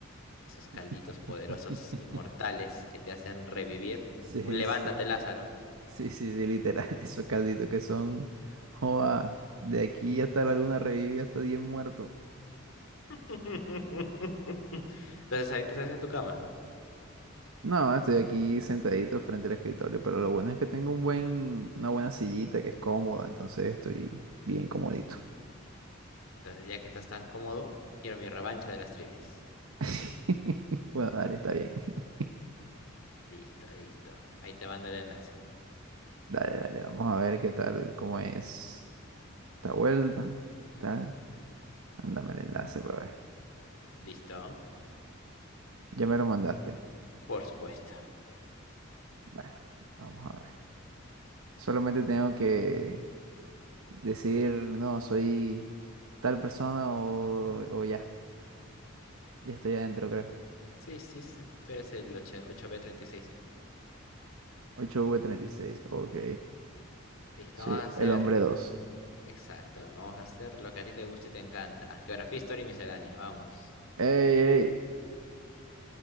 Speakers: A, on the left; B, on the right.
A: Esos calditos
B: <laughs>
A: poderosos, inmortales, que te hacen revivir.
B: Sí,
A: Un levántate,
B: sí, sí,
A: Lázaro.
B: sí, sí, literal, <laughs> esos calditos que son, joa, de aquí hasta la luna revive hasta 10 muertos.
A: <laughs> Entonces, ahorita estás en tu cama.
B: No, estoy aquí sentadito frente al escritorio, pero lo bueno es que tengo un buen, una buena sillita que es cómoda, entonces estoy bien comodito.
A: Entonces, ya que estás tan cómodo, quiero mi revancha de las trivias.
B: <laughs> Bueno, dale, está bien. <laughs>
A: Listo, listo. Ahí te mando el enlace.
B: Dale, dale, vamos a ver qué tal, cómo es esta vuelta, tal. Ándame el enlace para ver.
A: ¿Listo?
B: Ya me lo mandaste.
A: Por supuesto.
B: Bueno, vamos a ver. Solamente tengo que decir, no, soy tal persona o, o ya. Ya estoy adentro, creo.
A: Sí, sí, sí. Tú eres el 8 8B36, sí.
B: 8 v treinta y seis. ok.
A: Listo,
B: Sí,
A: vamos a hacer.
B: el hombre dos.
A: Exacto. Vamos a hacer lo que a ti te gusta y te encanta. Geografía, historia y miscelánea. Vamos.
B: ¡Ey, ey!